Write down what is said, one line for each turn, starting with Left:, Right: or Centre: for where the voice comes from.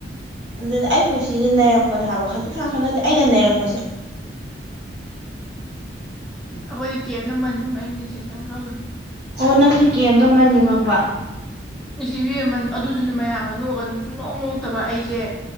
Right: ꯑꯗꯨꯅ ꯑꯩ ꯄꯨꯟꯁꯤꯁꯦ ꯅꯩꯔꯛꯄꯅꯦ ꯍꯥꯏꯕ ꯈꯖꯤꯛ ꯈꯔꯛꯀꯥ ꯅꯠꯇꯦ ꯑꯩꯅ ꯅꯩꯔꯛꯄꯁꯦ
Centre: ꯑꯩꯈꯣꯏꯗꯤ ꯀꯦꯞ ꯅꯃꯜ ꯅꯨꯡꯉꯥꯏ ꯃꯤꯁꯦ ꯀꯔꯤꯝ ꯈꯜꯂꯨꯅ
Right: ꯑꯣ ꯅꯪꯁꯦ ꯀꯦꯝꯗ ꯃꯟ ꯌꯉꯛꯄ
Centre: ꯅꯨꯡꯁꯤꯕꯤꯃꯟ ꯑꯗꯨꯗꯨꯅ ꯃꯌꯥꯝ ꯑꯃ ꯅꯣꯛꯑꯒ ꯁꯨꯡꯅꯣꯛ ꯅꯣꯛꯇꯕ ꯑꯩꯁꯦ